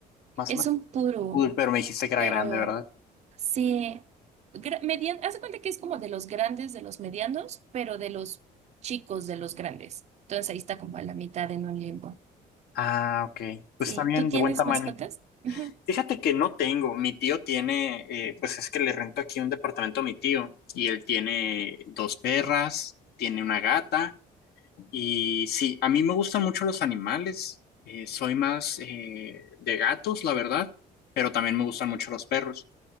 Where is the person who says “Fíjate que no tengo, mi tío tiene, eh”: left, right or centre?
Left